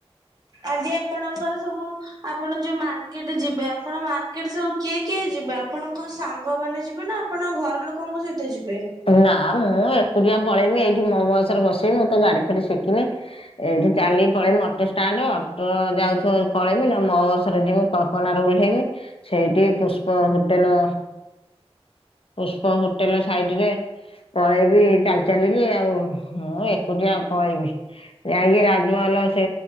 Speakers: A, on the right (about 40°); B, on the left (about 60°).
A: ଆଜି ଆପଣଙ୍କର ସବୁ ଆପଣ ଯୋଉ ମାର୍କେଟ ଯିବେ ଆପଣ ମାର୍କେଟ ସବୁ କିଏ କିଏ ଯିବେ ଆପଣଙ୍କ ସାଙ୍ଗମାନେ ଯିବେ ନା ଆପଣ ଘର ଲୋକଙ୍କ ସହିତ ଯିବେ?
B: ନା ମୁଁ ଏକୁଟିଆ ପଳେଇବି ଏଇଠି ମୋ ବସ ରେ ବସିମି ମୁଁ ତ ଗାଡି ଫାଡି ଶିଖିନି। ଏଇଠି ଚାଲିିକି ପଳେଇମି ଅଟୋ ଷ୍ଟାଣ୍ଡ ଅଟୋ ଯାଉଥିବ ପଳେଇମି ନା ମୋ ବସରେ ଯିମି କଳ୍ପନାରେ ଓହ୍ଲେଇମି ସେଇଠି ପୁଷ୍ପ ହୋଟେଲ ପୁଷ୍ପ ହୋଟେଲ ସାଇଟରେ ପଳେଇବି ଚାଲି ଚାଲିକି ଆଉ ହଁ ଏକୁଟିଆ ଆଉ ପଳେଇବି। ଯାଇକି ରାଜମହଲ ସେ